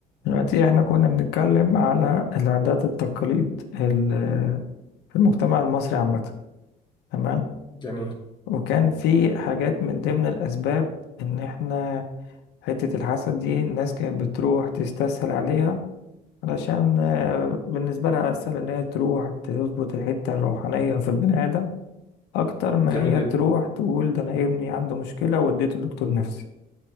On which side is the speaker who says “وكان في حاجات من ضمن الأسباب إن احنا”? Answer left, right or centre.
Left